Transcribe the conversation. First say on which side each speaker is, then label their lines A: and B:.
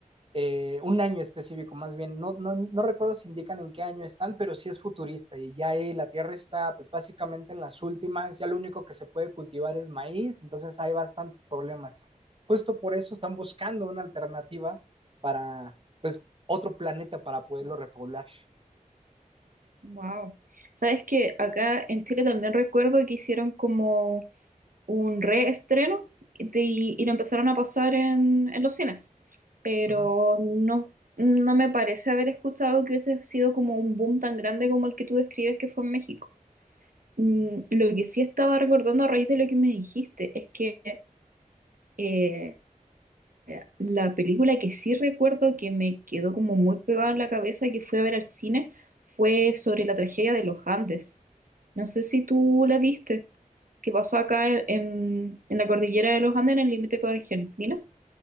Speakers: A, on the right; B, on the right.
A: eh, un año específico, más bien. No, no, no recuerdo si indican en qué año están, pero sí es futurista. Y ya ahí la tierra está, pues básicamente en las últimas. Ya lo único que se puede cultivar es maíz, entonces hay bastantes problemas. Justo por eso están buscando una alternativa para, pues, otro planeta para poderlo repoblar.
B: Wow. Sabes que acá en Chile también recuerdo que hicieron como un reestreno de- y lo empezaron a pasar en, en los cines, pero
A: Ujú.
B: no, no me parece haber escuchado que hubiese sido como un boom tan grande como el que tú describes que fue en México. Mm, lo que sí estaba recordando a raíz de lo que me dijiste es que eh, eh, La película que sí recuerdo que me quedó como muy pegada en la cabeza que fui a ver al cine fue sobre la tragedia de los Andes. No sé si tú la viste, que pasó acá en, en la cordillera de los Andes, en el límite con Argentina.